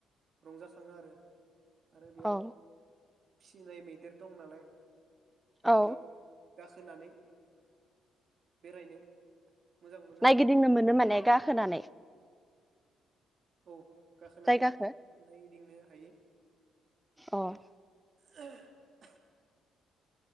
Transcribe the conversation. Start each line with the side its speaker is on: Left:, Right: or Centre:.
Right: रंजा खाङो आरो। आरो बेयाव
Centre: औ
Right: फिसिनाय मैदेर दं नालाय।
Centre: औ
Right: बेयाव गा होनानै बेरायनो मोजां मोनो
Centre: नायगिदिंनो
Right: आरो
Centre: मोनो माने गाखोनानै
Right: औ गाखोनानै
Centre: जायगाखौ
Right: नाय दिंनो हायो।
Centre: अ'
Right: <unintelligible>